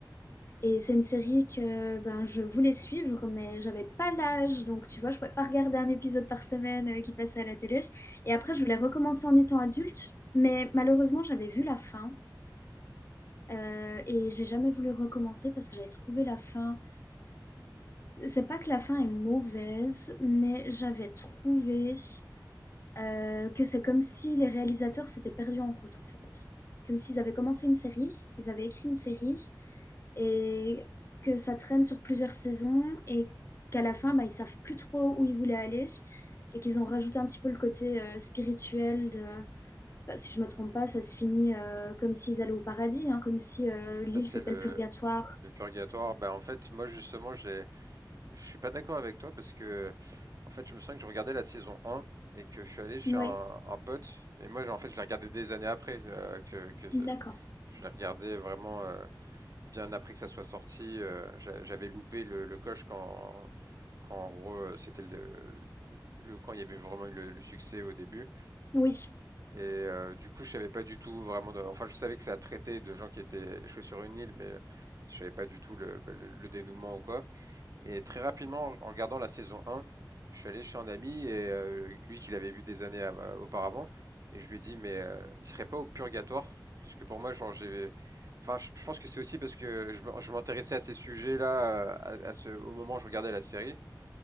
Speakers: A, on the left; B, on the right.
A: Et c'est une série que ben, je voulais suivre, mais j'avais pas l'âge. Donc, tu vois, je pouvais pas regarder un épisode par semaine euh, qui passait à la télé. Et après, je voulais recommencer en étant adulte. Mais malheureusement, j'avais vu la fin. euh, et j'ai jamais voulu recommencer parce que j'avais trouvé la fin. C'est pas que la fin est mauvaise, mais j'avais trouvé euh, que c'est comme si les réalisateurs s'étaient perdus en route, en fait. comme s'ils avaient commencé une série, qu'ils avaient écrit une série et que ça traîne sur plusieurs saisons et qu'à la fin, bah, ils ne savent plus trop où ils voulaient aller et qu'ils ont rajouté un petit peu le côté euh, spirituel de... bah, si je me trompe pas, ça se finit euh, comme s'ils allaient au paradis, hein, comme si euh, l'île
B: ça c'est
A: c'était
B: le
A: le purgatoire.
B: le purgatoire? Bah en fait, moi justement, j'ai, je suis pas d'accord avec toi parce que en fait, je me souviens que je regardais la saison un et que je suis allé chez
A: Oui,
B: un, un pote et moi, j'ai- en fait, je l'ai regardé des années après euh, que que ce-
A: d'accord.
B: je l'ai regardé vraiment. euh, bien après que ça soit sorti, euh, j'a- j'avais loupé le, le coche quand, quand en gros euh, c'était le, le- le- quand il y avait vraiment eu le, le succès au début.
A: Oui,
B: Et euh, du coup, je savais pas du tout vraiment. de- enfin, je savais que ça traitait de gens qui étaient échoués sur une île, mais euh, je savais pas du tout le, bah, le- le dénouement ou quoi. Et très rapidement, en regardant la saison 1, je suis allé chez un ami, et euh, lui qui l'avait vu des années av- euh, auparavant, et je lui ai dit, mais euh, il serait pas au purgatoire? Parce que pour moi, genre, j'ai... Enfin, je je pense que c'est aussi parce que je m- je m'intéressais à ces sujets-là euh, à, à ce, au moment où je regardais la série.